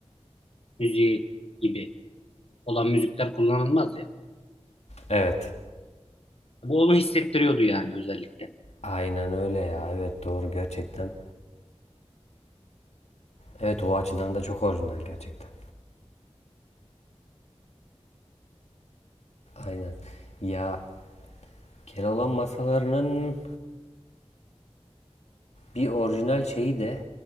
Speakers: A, on the left; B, on the left.
A: müziği gibi olan müzikler kullanılmaz ya.
B: Evet,
A: Bu onu hissettiriyordu yani özellikle.
B: Aynen öyle ya. Evet doğru gerçekten. Evet o açıdan da çok orijinal gerçekten. Aynen. Ya Keloğlan masalarının bir orijinal şeyi de